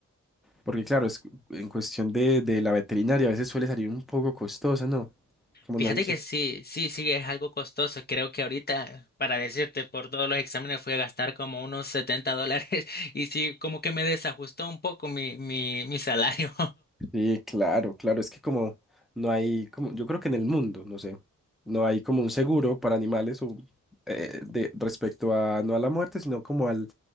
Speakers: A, in the centre; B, on the left (about 30°).
A: porque claro, es, en cuestión de, de la veterinaria a veces suele salir un poco costosa, ¿no? Como
B: Fíjate
A: no hay un...
B: que sí, sí, sí, es algo costoso. Creo que ahorita, para decirte, por todos los exámenes fui a gastar como unos 70 dólares <laughs> y sí, como que me desajustó un poco mi, mi, mi salario.
A: Sí, claro, claro, es que como no hay, como, yo creo que en el mundo, no sé, no hay como un seguro para animales o, eh, de, respecto a, no a la muerte, sino como al,